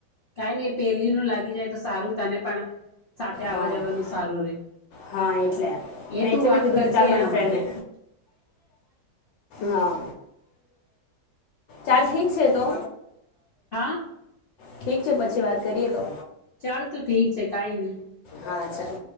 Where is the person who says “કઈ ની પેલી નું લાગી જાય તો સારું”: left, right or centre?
Left